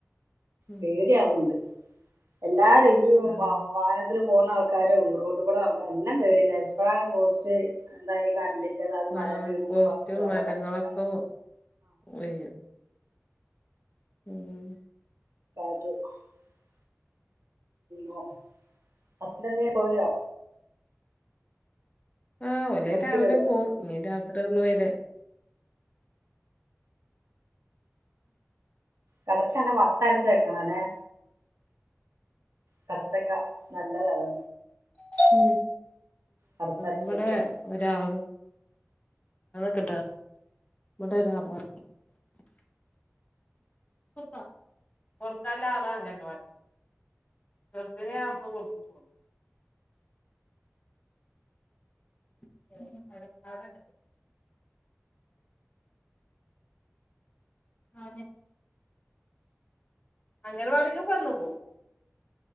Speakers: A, on the left; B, on the right.
A: ഉം
B: പേടിയ ആവുന്നുണ്ട് എല്ലാരും ഈ വ
A: ആഹ്
B: വാഹനത്തി പോകുന്ന ആൾക്കാരും റോട്ട കൂടെ ആൾക്കാര എല്ലാം പട എപ്പോഴാണ് പോ എന്താ കറണ്ടിറതാണ് മരം
A: ആഹ്
B: വീണും
A: പോസ്റ്റും
B: പറഞ്ഞിട്ട് അപകടങ്ങൾക്ക
A: മരങ്ങളൊക്കെ വീഴും ഉം
B: <unintelligible> ഉം ഹസ്ബൻഡന്ന പോയോ
A: ആ ഒലേ
B: പണിക്ക്
A: രാവിലെ
B: പോയോ
A: പോവും ഇനി രാത്രിയള്ള വേര
B: കടച്ചന്നെ വറത്തരച്ചു വെക്കണോ അല്ലേ കറച്ചക്ക നല്ലതതെ
A: ഉ
B: കറുത്തരച്ച്
A: ഇവിടെ
B: വെക്കാം
A: ഒരാൾ കി വിട ഇവിടെറ കൊറക്ക കൊറക്കല്ല ആള അങ്ങനവാ ചേർക്കുക കൊടുത്തു പോ <inaudible> <inaudible> അങ്ങെട് വടക്കേ <unintelligible> പോ